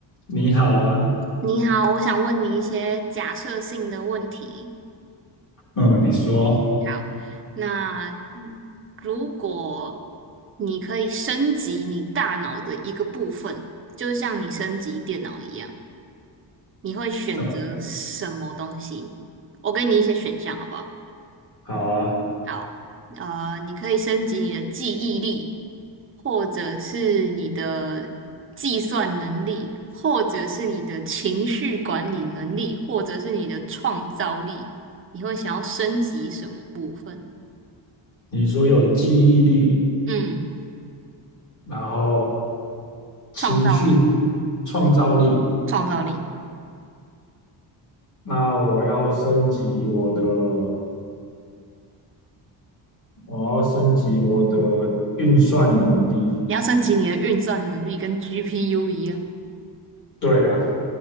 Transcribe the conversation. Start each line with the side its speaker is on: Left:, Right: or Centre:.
Left: 你好啊，
Right: 你好，我想问你一些假设性的问题。
Left: 嗯，你说，
Right: 好，那嗯如果你可以升级你大脑的一个部分，就像你升级电脑一样，你会选择什么东西？
Left: 嗯，
Right: 我给你一些选项，好不好？
Left: 好啊，
Right: 好，呃，你可以升级你的记忆力，或者是你的计算能力，或者是你的情绪管理能力，或者是你的创造力。你会想要升级什么部分？
Left: 你说有记忆力，
Right: 嗯，
Left: 然后情绪、
Right: 创造力，
Left: 创造力，
Right: 嗯，创造力。
Left: 那我要升级我的，我要升级我的运算能力。
Right: 你要升级你的运算能力，跟 GPU 一样。
Left: 对啊，